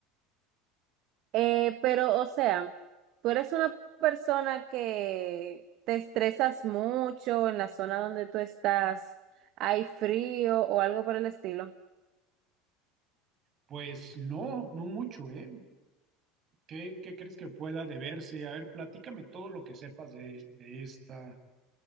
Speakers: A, on the right; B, on the right.
A: Eh, pero, o sea, tú eres una persona que te estresas mucho en la zona donde tú estás, hay frío o algo por el estilo.
B: Pues no, no mucho, ¿eh? ¿Qué, qué crees que pueda deberse? A ver, platícame todo lo que sepas de, de esta,